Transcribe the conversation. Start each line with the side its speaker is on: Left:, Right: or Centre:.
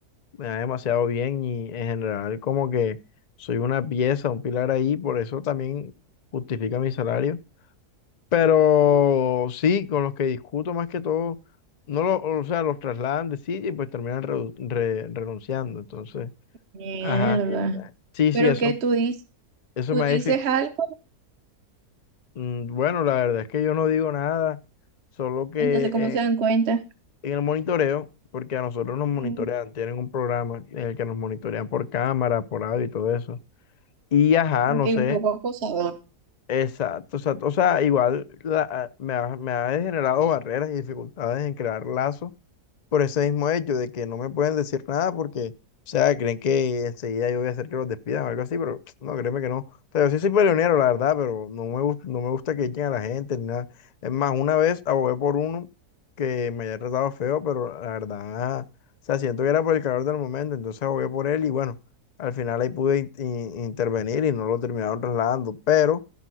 Left: me da demasiado bien y en general como que soy una pieza, un pilar ahí, por eso también justifica mi salario. Pero sí, con los que discuto más que todo, no lo, o sea, los trasladan de sitio y pues terminan reu- re- renunciando. Entonces,
Right: Mierda.
Left: ajá. Es verdad. Sí,
Right: Pero
Left: sí, eso,
Right: que tú dices,
Left: eso
Right: tú
Left: me ha
Right: dices
Left: dific-
Right: algo,
Left: mm, Bueno, la verdad es que yo no digo nada, solo que
Right: entonces ¿cómo se
Left: eh,
Right: dan cuenta?
Left: en el monitoreo, porque a nosotros nos monitorean,
Right: Mm,
Left: tienen un programa en el que nos monitorean por cámara, por audio y todo eso. Y ajá,
Right: Ok,
Left: no sé.
Right: un poco acosador.
Left: Exacto, exacto. O sea, igual la- ah, me ha, me ha generado barreras y dificultades en crear lazos por ese mismo hecho de que no me pueden decir nada porque, o sea, creen que enseguida yo voy a hacer que los despidan o algo así, pero <tsk> no, créeme que no. O sea, yo sí soy peleonero, la verdad, pero no me gusta, no me gusta que echen a la gente ni nada. Es más, una vez abogué por uno que me había tratado feo, pero la verdad, o sea, siento que era por el calor del momento, entonces abogué por él y bueno, al final ahí pude in- in- intervenir y no lo terminaron trasladando, pero,